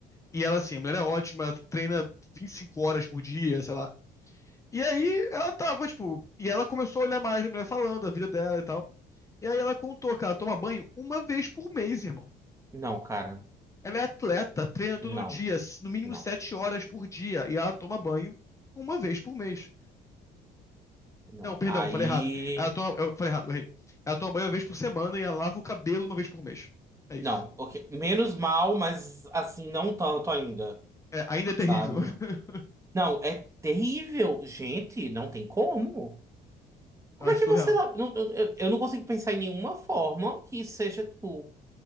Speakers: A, on the left; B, on the right.
A: e ela, assim, a mulher é ótima, ela treina 25 horas por dia, sei lá. E aí ela tava, tipo, e ela começou a olhar mais a mulher falando, a vida dela e tal. E aí ela contou que ela toma banho uma vez por mês, irmão.
B: Não, cara.
A: Ela é atleta, treina todo
B: Não,
A: dia, no mínimo
B: não,
A: sete horas por dia, e ela toma banho uma vez por mês.
B: não.
A: Não, perdão,
B: Aí.
A: eu falei errado. Ela toma, eu falei errado, eu errei. Ela toma banho uma vez por semana e ela lava o cabelo uma vez por mês. É isso.
B: Não, ok. Menos mal, mas assim, não tanto ainda,
A: É, ainda é terrível.
B: sabe?
A: <laughs>
B: Não, é terrível. Gente, não tem como. Como
A: Eu acho
B: é que
A: surreal.
B: você. lá- não- Eu eu- eu não consigo pensar em nenhuma forma que seja, tipo,